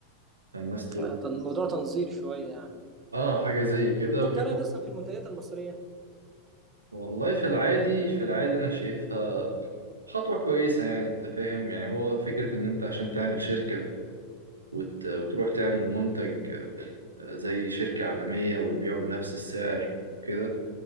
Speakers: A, on the right; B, on the right.
A: فالناس تقول
B: آه، طب الموضوع تنظير شوية يعني
A: اه حاجة زي كده
B: بس
A: ويروحوا-
B: انت رايك اصلا في المنتجات المصريه
A: والله في العادي في العادي انا شايفها خطوة كويسة يعني أنت فاهم يعني هو فكرة إن أنت عشان تعمل شركة وت... وتروح تعمل منتج آه، زي شركة عالمية وتبيعه بنفس السعر وكده